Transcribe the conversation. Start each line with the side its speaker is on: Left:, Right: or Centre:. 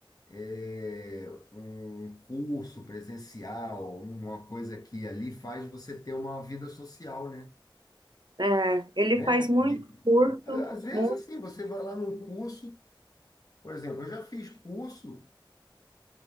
Left: é, um curso presencial, uma coisa aqui e ali faz você ter uma vida social, né?
Right: É, ele
Left: Né?
Right: faz muito
Left: De,
Right: curso,
Left: às vezes
Right: muito.
Left: assim, você vai lá num curso, por exemplo, eu já fiz curso